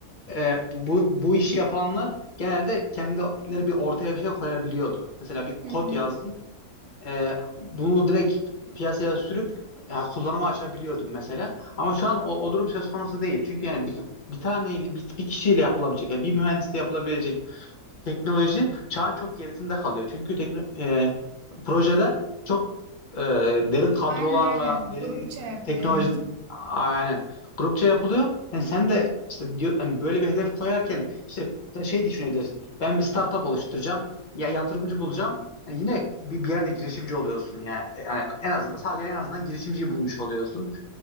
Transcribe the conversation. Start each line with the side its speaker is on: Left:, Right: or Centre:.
Left: e, bu, bu bu işi yapanlar genelde kendileri bir ortaya bir şey koyabiliyordu. Mesela bir
Right: Hı
Left: kod
Right: hı.
Left: yazdın. e, bunu direkt piyasaya sürüp e, kullanıma açabiliyordum mesela. Ama şu an o, o durum söz konusu değil. Çünkü yani bir, bir tane bir, bir kişiyle yapılabilecek, yani bir mühendisle yapılabilecek teknoloji çağın çok gerisinde kalıyor. Çünkü tekno- e, projeler çok e, derin kadrolarla,
Right: Aynen aynen.
Left: derin
Right: Grupça yapılıyor
Left: teknoloji
Right: artık.
Left: aynen grupça yapılıyor. Yani sen de işte diyor hani böyle bir hedef koyarken işte mesela şey düşünebilirsin. Ben bir startup oluşturacağım. Ya yatırımcı bulacağım. Yani yine bir, bir yerde girişimci oluyorsun yani. Yani en azından sadece en azından girişimciyi bulmuş oluyorsun